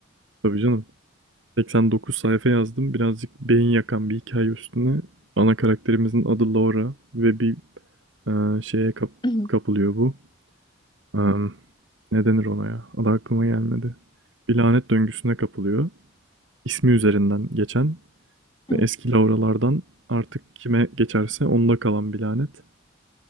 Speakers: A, on the right; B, on the left.
A: Tabii canım. 89 sayfa yazdım. Birazcık beyin yakan bir hikaye üstüne. Ana karakterimizin adı Laura ve bir e, şeye kap-
B: Hı hı.
A: kapılıyor bu. Am, ne denir ona ya? Adı aklıma gelmedi. Bir lanet döngüsüne kapılıyor. İsmi üzerinden geçen
B: <clears throat>
A: ve eski Laura'lardan artık kime geçerse onda kalan bir lanet.